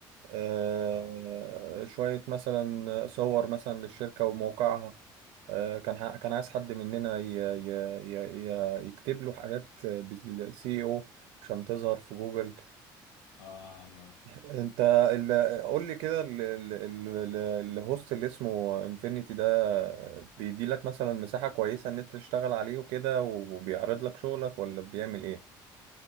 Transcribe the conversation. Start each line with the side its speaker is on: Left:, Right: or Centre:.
Right: آه،
Left: اه
Right: شوية مثلا صور مثلا للشركة وموقعها آه، كان ح- كان عايز حد مننا ي- ي- ي- ي- يكتب له حاجات بالسي او عشان تظهر في جوجل
Left: اه ايوه
Right: انت ال- قول لي كده ال- ال- ال- ال- الهوست اللي اسمه انفينيتي ده بيدي لك مثلا مساحة كويسة ان انت تشتغل عليه وكده وبيعرض لك شغلك ولا بيعمل ايه